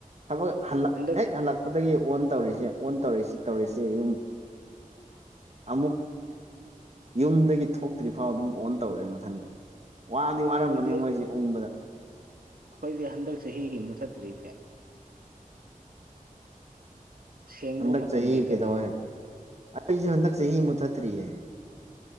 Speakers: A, on the right; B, on the right.
A: ꯊꯕꯒ ꯍꯜꯂꯛ
B: ꯍꯟꯗꯛ
A: ꯍꯦꯛ ꯍꯜꯂꯛ ꯑꯗꯨꯗꯒꯤ ꯑꯣꯟ ꯇꯧꯔꯤꯁꯦ ꯑꯣꯟ ꯇꯧꯔꯤꯁꯤ ꯇꯧꯔꯤꯁ ꯌꯨꯝ ꯑꯃꯨꯛ ꯌꯨꯝꯗꯒꯤ ꯊꯣꯛꯇ꯭ꯔꯤꯐꯥꯎ ꯑꯗꯨꯝ ꯑꯣꯟ ꯇꯧꯔꯛꯑꯦ ꯃꯊꯟꯗꯥ ꯋꯥꯗꯤ ꯋꯥꯔꯝꯒꯅꯤ
B: ꯑꯩꯈꯣꯏꯗꯤ
A: ꯃꯣꯏꯁꯦ ꯎꯡꯕꯗ
B: ꯑꯩꯈꯣꯏꯗꯤ ꯍꯟꯗꯛ ꯆꯍꯤꯒꯤ ꯑꯃꯨꯛꯊꯠꯇ꯭ꯔꯤ ꯐꯦꯟ <inaudible>
A: ꯍꯟꯗꯛ
B: ꯃꯇꯝ
A: ꯆꯍꯤ
B: ꯂꯩꯇꯕꯅꯤ
A: ꯀꯩꯗꯧꯋꯦ ꯑꯩꯁꯨ ꯍꯟꯗꯛ ꯆꯍꯤ ꯃꯨꯠꯊꯠꯇ꯭ꯔꯤꯌꯦ